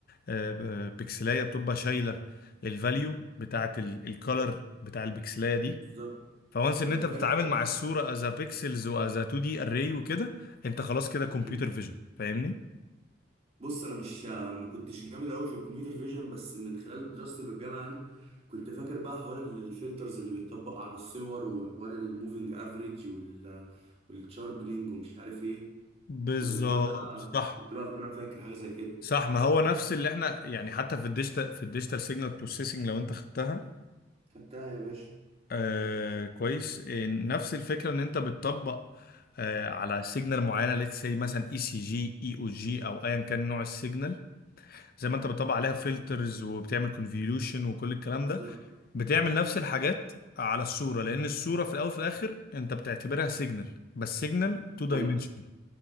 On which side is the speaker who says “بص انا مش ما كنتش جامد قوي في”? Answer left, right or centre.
Right